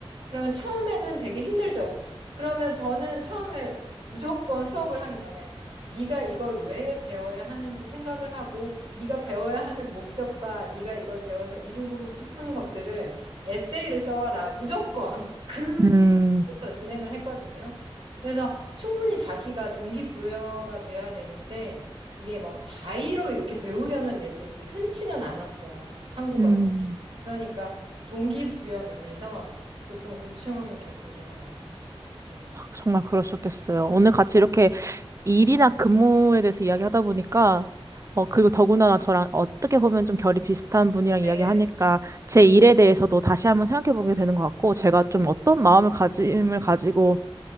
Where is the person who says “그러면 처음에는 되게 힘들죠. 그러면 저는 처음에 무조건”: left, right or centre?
Right